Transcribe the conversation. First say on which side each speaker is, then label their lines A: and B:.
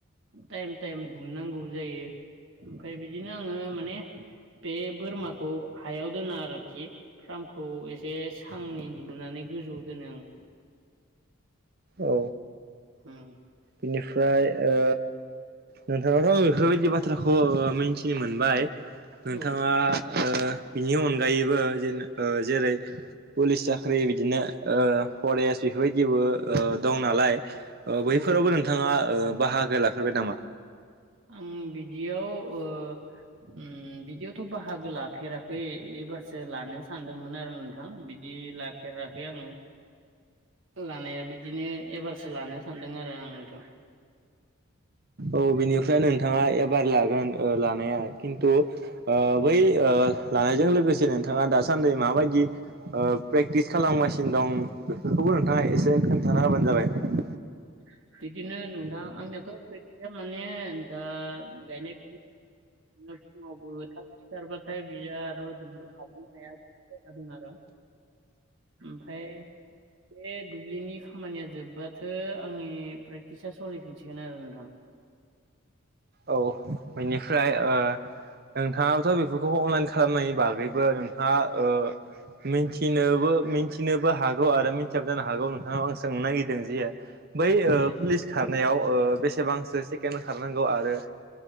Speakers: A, on the right; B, on the right.
A: टाइम टाइम गुमनांगौ जायो ओमफ्राय बिदिनो आङो माने बे बोरमाखौ हायाव दोनो आरोखि फार्मखौ एसे सांनै लुनानै गोजौआव दोनो आं ।
B: औ
A: होम
B: बिनिफ्राय ओ नोंथाङाथ' आं बेफोरबायदि बाथ्राखौ मिथिनो मोनबाय। नोंथाङा
A: औ
B: ओ बिनि अनगायैबो जेन जेरै पुलिस साख्रि बिदिनो ओ फरेस्ट बेफोरबायदिबो ओ दं नालाय। बैफोरावबो
A: औ औ
B: नोंथाङा बाहागो लाफ्राय नामा?
A: आं बिदियाव ओ ओम बिदियावथ' बाहागो लाफेराखै एबारसो लानो सानदोंमोन आरो नोंथां बिदि लाफेराखै आङो। लानाया बिदिनो एबारसो लानो सानदों आरो आंथ'।
B: औ बिनिफ्राय नोंथाङा एबार लागोन लानाया खिन्थु ओ बै ओ लानायजों लोगोसे नोंथाङा दासान्दि माबायदि प्रेक्टिस खालामगासिनो दं। बेखौबो नोंथाङा एसे खोन्थाना होबानो जाबाय।
A: <inaudible> बिदिनो नुदों आंनिथ' फैसाया माने दा गायनाय फुनाय <unintelligible> <unintelligible> ओमफ्राय बे दुब्लिनि खामानिया जोब्बाथो आंनि प्रेकटिसा सलिफिनसिगोन आरो नोंथां।
B: औ बिनिफ्राय ओ नोंथाङाबाथ' बेफोरखौ अनलाइन खालामनायनि बागैबो नोंथाङा ओ मिथिनोबो मिथिनोबो हागौ आरो मिथियाबो जानो हागौ नोंथांनाव आं सोंनो नागिरदों जे बै ओ
A: दे
B: पुलिस ओ खारनायाव बेसेबांसो सेकेणड खारनांगौ आरो